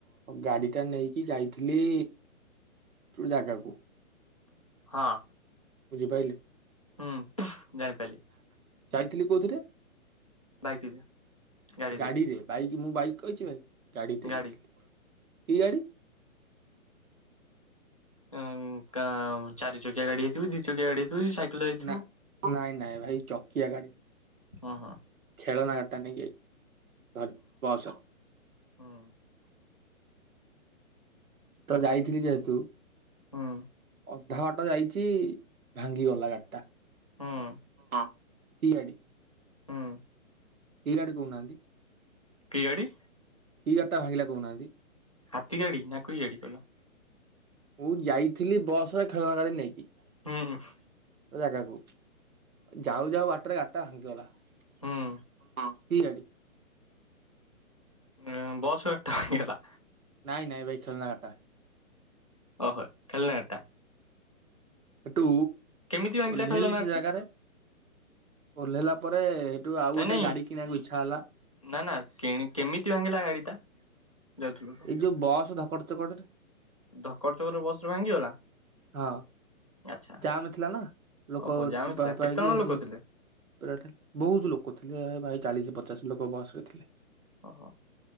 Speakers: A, on the right (about 80°); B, on the left (about 25°).
A: ଗାଡି ଟା ନେଇକି ଯାଇଥିଲି ଗୋଟେ ଜାଗାକୁ,
B: ହଁ।
A: ବୁଝିପାଇଲେ,
B: ହୁଁ ଜାଣିପାରିଲି
A: ଯାଇଥିଲି କୋଉଥିରେ?
B: ବାଇକ୍ ଦେ ଗାଡି
A: ଗାଡିରେ
B: ଦେ
A: ବାଇକ୍ ମୁଁ ବାଇକ୍ କହିଛି ଭାଇ ଗାଡିରେ ଯାଇଥିଲି।
B: ଗାଡି।
A: କି ଗାଡ଼ି?
B: ଉଁ କା ଚାରି ଚକିଆ ଗାଡି ହେଇଥିବ ଦି ଚକିଆ ଗାଡି ହେଇଥିବ କି ସାଇକେଲ ଯାଇଥିବୁ?
A: ନା ନାଇଁ ନାଇଁ ଭାଇ ଚକିଆ ଗାଡି
B: ଓ ହଁ।
A: ଖେଳନା ଗାଡ଼ିଟା ନେଇକି ଯାଇ ଧରି ବସ।
B: ହଁ।
A: ତ ଯାଇଥିଲି ଯେହେତୁ
B: ହଁ।
A: ଅଧା ବାଟ ଯାଇଛି ଭାଙ୍ଗି ଗଲା ଗାଡିଟା,
B: ହୁଁ
A: କି ଗାଡି?
B: ହୁଁ।
A: ଇରାଡ଼େ କହୁନାଆନ୍ତି।
B: କି ଗାଡ଼ି?
A: ଏଇ ଗାଡ଼ି ଟା ଭାଙ୍ଗିଲା କହୁନାହନ୍ତି।
B: ହାତୀ ଗାଡି଼ ନା କି ଗାଡି଼ କଇଲ?
A: ମୁଁ ଯାଇଥିଲି ବସ୍ ଖେଳନା ଗାଡି଼ ନେଇକି।
B: ହୁଁ ହୁଁ।
A: ଜାଗାକୁ ଯାଉ ଯାଉ ବାଟରେ ଗାଡ଼ଟା ଭାଙ୍ଗିଗଲା ହଁ।
B: ହୁଁ।
A: କି ଗାଡ଼ି?
B: ହୁଁ ବସ୍ ଟାଇମ୍ ହୋଇଗଲା।
A: ନାଇଁ ନାଇଁ ଭାଇ ଖେଳନା ଗାଡିଟା
B: ଓହୋ ଖେଳନା ଗାଡ଼ିଟା।
A: ଟୁ
B: କେମିତି ଭାଙ୍ଗିଲା
A: ଓଲ୍ହେଇଲି
B: ଖେଳନା ଗାଡି
A: ସେ ଜାଗାରେ।
B: ଟା?
A: ଓଲ୍ହେଇଲା ପରେ ଏଠୁ ଆଉ
B: ନାଇଁ
A: ଗୋଟେ
B: ନାଇଁ
A: ଗାଡ଼ି କିଣିଆକୁ ଇଚ୍ଛା ହେଲା।
B: ନା ନା କିଣି କେମିତି ଭାଙ୍ଗିଲା ଗାଡ଼ିଟା? ଯାଉଥିଲୁ। ତ?
A: ଯୁ ବସ୍ ଧପଡ଼ ଚପଡ଼।
B: ଧକଡ଼ ଚକର୍ ରେ ବସରେ ଭାଙ୍ଗିଗଲା।
A: ହଁ।
B: ଆଚ୍ଛା
A: ଜାମ୍ ଥିଲା ନା ଲୋକ
B: ଓହୋ ଜାମ୍
A: ଚିପା
B: ଥିଲା
A: ଫିପା
B: କେତେ
A: ହେଇକି
B: ଜଣ
A: ଏମିତ୍।
B: ଲୋକ ଥିଲେ?
A: <unintelligible> ବହୁତ୍ ଲୋକ ଥିଲେ ଭାଇ ଚାଳିଶ୍ ପଚାଶ୍ ଲୋକ ବସ୍ ରେ ଥିଲେ।
B: ଅହ।